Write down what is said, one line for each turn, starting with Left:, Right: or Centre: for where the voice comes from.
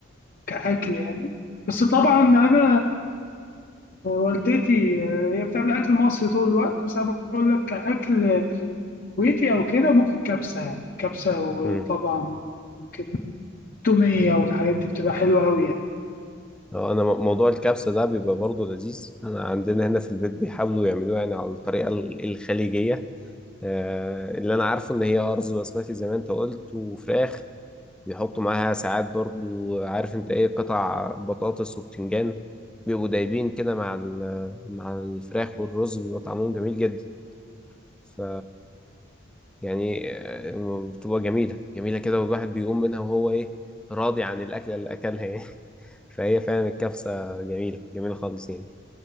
Left: كأكل يعني بس طبعا أنا والدتي هي بتعمل أكل مصري طول الوقت بس أنا بقول لك كأكل كويتي أو كده ممكن كبسة يعني كبسة وطبعا
Centre: امم
Left: ممكن تومية والحاجات دي بتبقى حلوة أوي يعني
Centre: اه انا م- موضوع الكبسة ده بيبقى برضه لذيذ انا عندنا هنا في البيت بيحاولوا يعملوها يعني على الطريقة ال- الخليجية آه، اللي انا عارفه ان هي ارز بسمتي زي ما انت قلت وفراخ بيحطوا معاها ساعات برضو عارف انت ايه قطع بطاطس وبتنجان بيبقوا دايبين كده مع ال- مع الفراخ والرز بيبقى طعمهم جميل جدا ف يعني آه، بتبقى جميلة جميلة كده والواحد بيقوم منها وهو ايه راضي عن الأكلة اللي أكلها يعني <laughs> فهي فعلا الكبسة جميلة جميلة خالص يعني